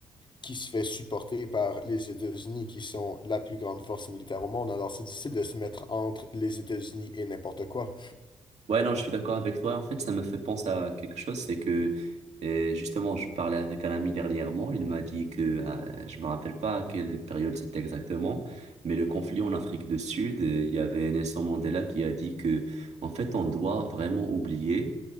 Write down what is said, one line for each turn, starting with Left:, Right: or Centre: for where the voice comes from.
Left: qui se fait supporter par les États-Unis, qui sont la plus grande force militaire au monde. Alors, c'est difficile de se mettre entre les États-Unis et n'importe quoi.
Right: Ouais, non, je suis d'accord avec toi. En fait, ça me fait penser à quelque chose, c'est que euh, justement, je parlais avec un ami dernièrement. Il m'a dit que euh, je me rappelle pas à quelle période c'était exactement, mais le conflit en Afrique du Sud, euh, il y avait Nelson Mandela qui a dit que en fait, on doit vraiment oublier